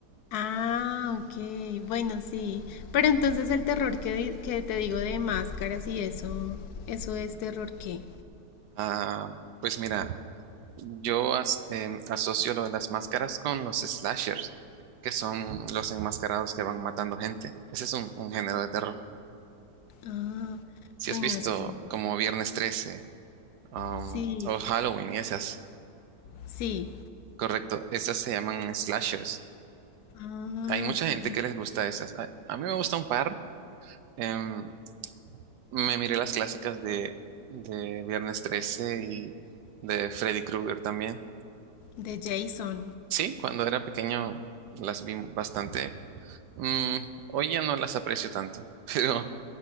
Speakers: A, on the left; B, on the right.
A: Ah, ok. Bueno, sí. Pero entonces el terror que, di- que te digo de máscaras y eso, eso es terror qué.
B: Ah, pues mira, yo as- em, asocio lo de las máscaras con los slashers, que son los enmascarados que van matando gente. Ese es un, un género de terror.
A: Ah,
B: Si
A: bueno,
B: has visto
A: eso no.
B: como Viernes 13, um,
A: Sí,
B: o Halloween y esas,
A: sí.
B: correcto, esas se llaman slashers.
A: Ah,
B: Hay mucha
A: ok.
B: gente que les gusta esas. A, a mí me gusta un par. Em, me miré las clásicas de, de Viernes 13 y de Freddy Krueger también.
A: De Jason.
B: Sí, cuando era pequeño las vi bastante. Mm, hoy ya no las aprecio tanto, <laughs> pero,